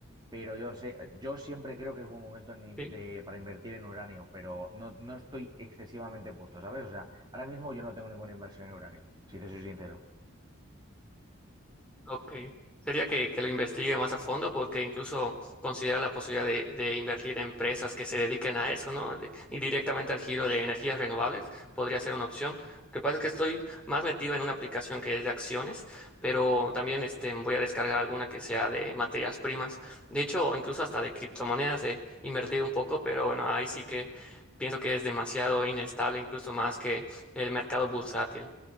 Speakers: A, on the right; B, in the centre.
A: Pero yo sé, yo siempre creo que es buen momento en
B: Sí.
A: de- para invertir en uranio, pero no, no estoy excesivamente puesto, ¿sabes? O sea, ahora mismo yo no tengo ninguna inversión en uranio, si te soy sincero.
B: Ok. Sería que, que lo investigue más a fondo porque incluso considera la posibilidad de, de invertir en empresas que se dediquen a eso, ¿no? De- y directamente al giro de energías renovables podría ser una opción. Lo que pasa es que estoy más metido en una aplicación que es de acciones, pero también este, voy a descargar alguna que sea de materias primas. De hecho, incluso hasta de criptomonedas he invertido un poco, pero bueno, ahí sí que pienso que es demasiado inestable, incluso más que el mercado bursátil.